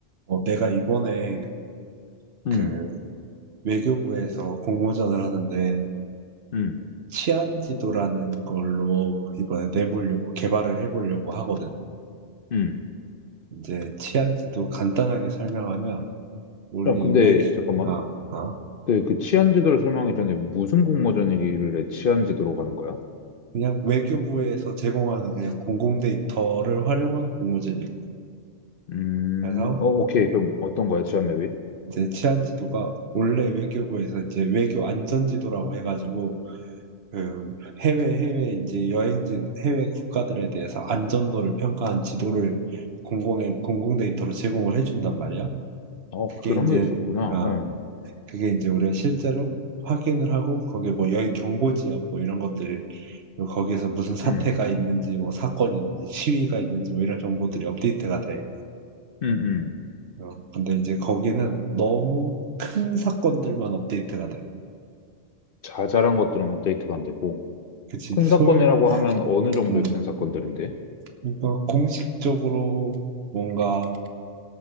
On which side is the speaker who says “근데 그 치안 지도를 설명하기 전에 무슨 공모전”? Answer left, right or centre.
Left